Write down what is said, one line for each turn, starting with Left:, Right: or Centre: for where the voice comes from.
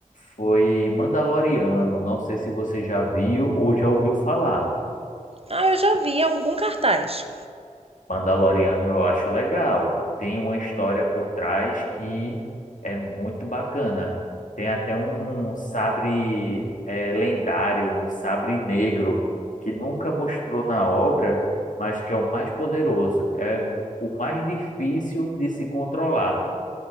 Left: foi Mandaloriano. Não sei se você já viu ou já ouviu falar.
Right: Ah, eu já vi algum cartaz.
Left: Mandaloriano eu acho legal. Tem uma história por trás que é muito bacana. Tem até um sabre eh, lendário, um sabre negro, que nunca mostrou na obra, mas que é o mais poderoso. É o mais difícil de se controlar.